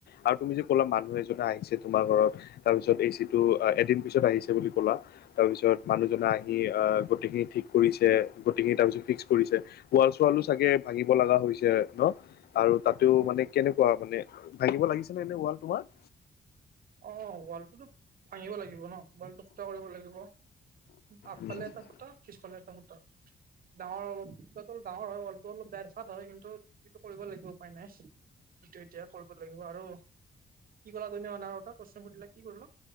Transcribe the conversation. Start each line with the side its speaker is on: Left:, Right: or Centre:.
Left: আৰু তুমি যে কল মানুহ এ আহিছে তোমাৰ ঘৰত তাৰ পিছত এচিটো এদিন পিছত আহিছে বুলি ক'লা। তাৰ পিছত মানুহজনে আহি আহ গোটেইখিনি ঠিক কৰিছে গোটেইখিনি তাৰপিছত ফিক্স কৰিছে ৱাল চোৱাল চাগে ভাঙিব লগা হৈছে ন আৰু তাতো মানে কেনেকুৱা মানে ভাঙিব লাগিছে নে ন। তোমাৰ
Right: অ ৱালটোতো ভাঙিব লাগিব ন ৱালটো ফুটা কৰিব লাগিব। আগফালে
Left: উম,
Right: এটা ফুটা পাছফালে এটা ফুটা ডাঙৰ অলপ <inaudible> ডাঙৰ হয় ৱালটো অলপ বেৰ চাদ হয় কিন্তু সিটো কৰিব লাগিব। উপায় নাই। সেইটো এতিয়া কৰিব লাগিব আৰু কি ক'লা তুমি মানাৰ প্ৰশ্ন সুধিলে কি কৰিব?